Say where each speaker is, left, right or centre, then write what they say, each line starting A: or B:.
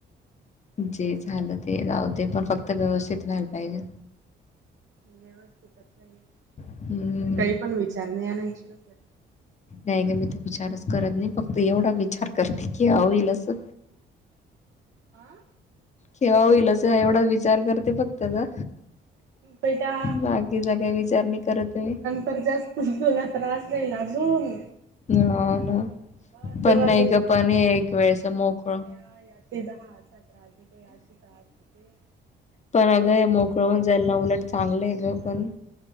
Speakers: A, on the left; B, on the right.
A: जे झालं ते जाऊ दे पण फक्त व्यवस्थित व्हायला पाहिजेल.
B: व्यवस्थितच होईल
A: हम्म
B: ते काही पण विचार नही आणायचे डोक्यात.
A: नाही ग मी ते विचारच करत नाही फक्त एवढा विचार करते की अ होईल असं
B: आं
A: केेव्हा होईल अस एवढा विचार करते फक्त ग
B: बेटा
A: बाकीचा काय विचार नाही करत मी
B: तर जास्त ठेवाला त्रास राहील अजून
A: हा ना
B: ह
A: पण
B: तेव्हा
A: नाही ग पण एक वेळेचा मोकळ
B: हा यार ते त दहा असां त्रास देते अशी त्रास देते.
A: पण अग हे मोकळ होऊन जाईल ना उलट चांगलं आहे
B: ते
A: ग
B: त हाय
A: पण